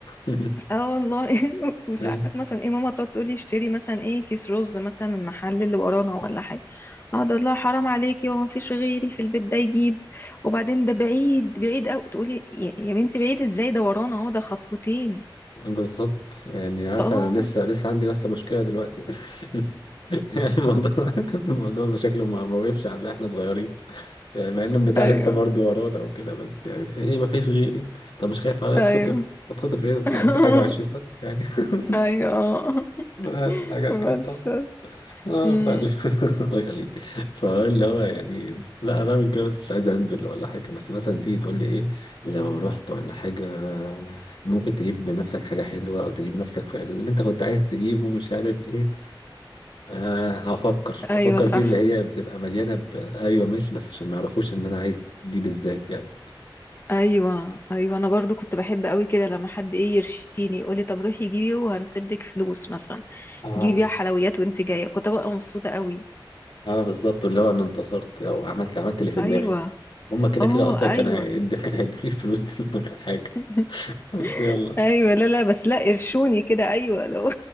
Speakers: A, on the left (about 70°); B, on the left (about 30°).
A: <laughs>
B: اه والله <laughs> وساعات
A: أي،
B: مثلا ايه ماما تقعد تقولي اشتري مثلا ايه كيس رز مثلا من المحل اللي ورانا ولا حاجه اقعد اقول لها حرام عليكي هو مفيش غيري في البيت ده يجيب وبعدين ده بعيد بعيد قوي تقولي يا يا بنتي بعيد ازاي ده ورانا اهو ده خطوتين
A: بالظبط يعني عارفة
B: اه
A: انا لسه لسه عندي نفس المشكلة دلوقتي <laughs> يعني الموضوع <laughs> الموضوع بشكله ما ما وقفش على احنا صغيرين يعني مع ان البتاع
B: ايوه
A: لسه برضه ورانا وكده بس يعني ايه ما فيش غيري طب مش خايف
B: <laughs>
A: عليا اتخطف
B: ايوه
A: اتخطف ايه انت
B: ايوه
A: عندك حاجه وعشرين
B: <laughs>
A: سنه يعني
B: ايوه
A: <laughs> بس
B: <laughs>
A: حاجات
B: بعد
A: كده طبعا
B: الشر.
A: اه
B: امم
A: فعلا <laughs> الله يخليك فاللي هو يعني لا انا من كده بس مش عايز انزل ولا حاجه بس مثلا تيجي تقول لي ايه لو رحت ولا حاجه ممكن تجيب بنفسك حاجه حلوه او تجيب نفسك في اللي انت كنت عايز تجيبه مش عارف ايه آه هفكر
B: ايوه
A: هفكر
B: صح
A: دي اللي هي بتبقى مليانة ب... أيوة ماشي بس عشان ما يعرفوش إن أنا عايز دي بالذات يعني
B: ايوه ايوه انا برضو كنت بحب قوي كده لما حد ايه يرشيني يقولي طب روحي جيبي وهنسيب لك فلوس مثلا
A: اه
B: جيبي بيها حلويات وانت جايه كنت ببقى مبسوطه قوي
A: اه بالظبط اللي هو أنا انتصرت أو عملت عملت اللي في
B: ايوه
A: دماغي هما كده
B: اه
A: كده أصلا كان
B: ايوه
A: هيد... <laughs> كان هيدوني الفلوس دي من غير حاجة
B: <laughs>
A: <laughs> بس يلا
B: ايوه لا لا بس لا قرشوني كده ايوه لو